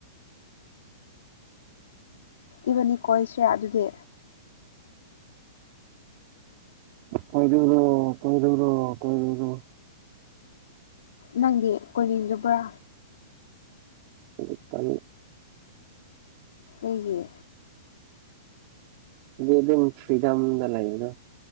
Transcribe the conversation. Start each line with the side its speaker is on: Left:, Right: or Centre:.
Left: ꯏꯕꯅꯤꯀꯣ ꯏꯁꯤꯔꯥ ꯑꯗꯨꯗꯤ
Right: ꯐꯩꯂꯨꯔ ꯐꯩꯔꯨꯔ ꯀꯣꯏꯂꯔ
Left: ꯅꯪꯗꯤ ꯀꯣꯏꯅꯤꯡꯗꯕ꯭ꯔꯥ
Right: ꯑꯗꯨ ꯇꯦ
Left: ꯑꯩꯦ
Right: ꯑꯗꯨꯗꯤ ꯑꯗꯨꯝ ꯐ꯭ꯔꯤꯗꯝꯗ ꯂꯩꯌꯦꯗꯣ